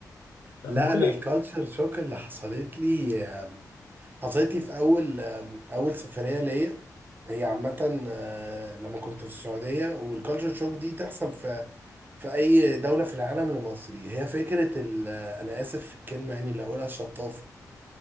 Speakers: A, on the left; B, on the right.
A: لا،
B: لا
A: بقول
B: انا
A: لي
B: الكالتشر شوك اللي حصلت لي حصلت لي في اول اول سفريه ليا هي عامه آه، لما كنت في السعوديه والكالتشر شوك دي تحصل في في اي دوله في العالم لمصري هي فكره ال- انا اسف في الكلمه يعني اللي هقولها الشطافه